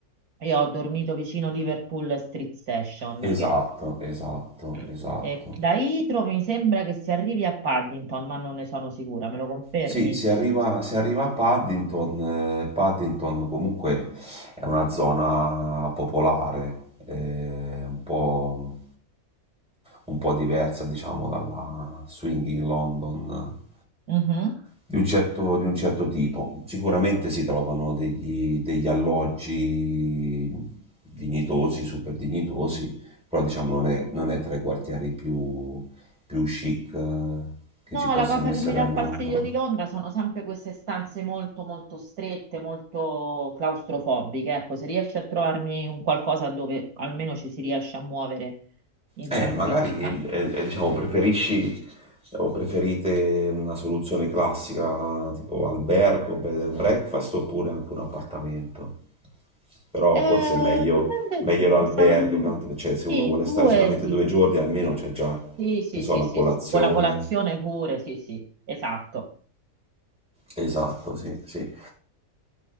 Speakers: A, on the right (about 75°); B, in the centre.
A: Io ho dormito vicino Liverpool Street Station,
B: Esatto,
A: che
B: esatto,
A: Eh,
B: esatto.
A: e da Heathrow mi sembra che si arrivi a Paddington, ma non ne sono sicura, me lo confermi?
B: Sì, si arriva, si arriva a Paddington. eh, Paddington comunque è una zona popolare, eh, un po', un po' diversa, diciamo, dalla Swinging London
A: Mhm.
B: Di un certo, di un certo tipo. Sicuramente si trovano degli, degli alloggi dignitosi, super dignitosi, però diciamo non è, non è tra i quartieri più, più chic eh, che
A: No,
B: ci possano
A: la cosa
B: essere
A: che mi dà
B: a Londra.
A: fastidio di Londra sono sempre queste stanze molto molto strette, molto claustrofobiche. Ecco, se riesci a trovarmi un qualcosa dove almeno ci si riesce a muovere in
B: Eh,
A: tranquillità.
B: magari eh, eh, diciamo, preferisci o preferite una soluzione classica tipo albergo, bed and breakfast oppure anche un appartamento? però
A: Eh,
B: forse è meglio,
A: dipende,
B: meglio l'albergo,
A: siamo in
B: tanto, cioè, se uno
A: sì,
B: vuole
A: in
B: stare
A: due,
B: solamente
A: sì.
B: due giorni almeno c'è già,
A: Sì, sì,
B: ne so,
A: sì,
B: la
A: sì,
B: colazione.
A: sì, con la colazione pure, sì, sì, esatto.
B: Esatto, sì, sì.